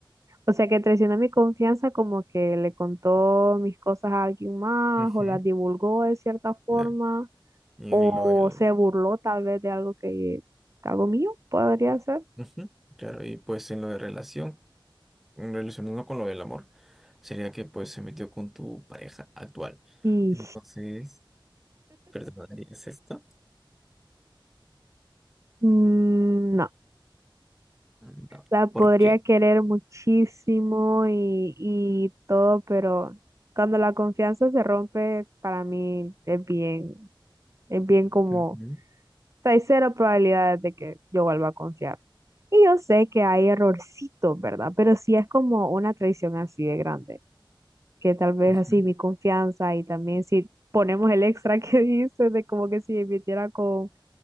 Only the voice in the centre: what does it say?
Ujú.
Claro. Y
en lo del...
ujú, Claro, y pues en lo de relación, en relacionando con lo del amor, sería que pues se metió con tu pareja actual.
Entonces, ¿perdonarías esto?
No.
¿Por qué?
Ujú,
ujú.